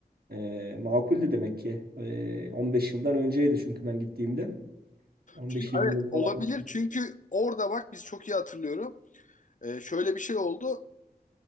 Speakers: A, on the right; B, on the left.
A: e, makuldü demek ki. E, 15 yıldan önceydi çünkü ben gittiğimde. 15-20
B: Çünkü, evet
A: yıl
B: olabilir
A: falan.
B: çünkü orada bak biz çok iyi hatırlıyorum. Ee, şöyle bir şey oldu.